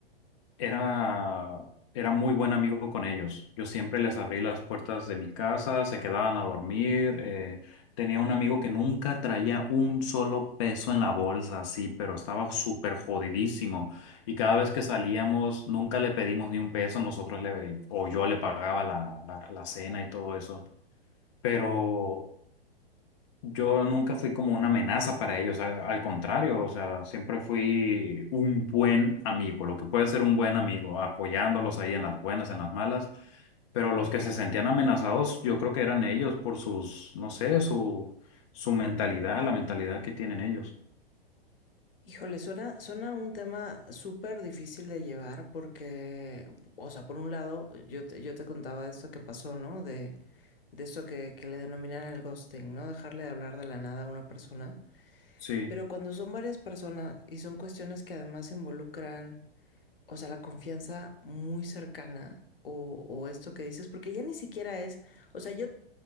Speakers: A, on the left; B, on the left.
A: era, era muy buen amigo con ellos. Yo siempre les abrí las puertas de mi casa, se quedaban a dormir. eh, tenía un amigo que nunca traía un solo peso en la bolsa, así, pero estaba súper jodidísimo. Y cada vez que salíamos, nunca le pedimos ni un peso, nosotros le, o yo le pagaba la, la la cena y todo eso. Pero yo nunca fui como una amenaza para ellos, a- al contrario, o sea, siempre fui un buen amigo, lo que puede ser un buen amigo, apoyándolos ahí en las buenas, en las malas, pero los que se sentían amenazados, yo creo que eran ellos por sus, no sé, su, su mentalidad, la mentalidad que tienen ellos.
B: Híjole, suena, suena un tema súper difícil de llevar porque, o sea, por un lado, yo te, yo te contaba de esto que pasó, ¿no? De, de esto que, que le denominan el ghosting, ¿no? Dejarle de hablar de la nada a una persona.
A: Sí,
B: Pero cuando son varias personas y son cuestiones que además involucran, o sea, la confianza muy cercana o, o esto que dices, porque ya ni siquiera es, o sea, yo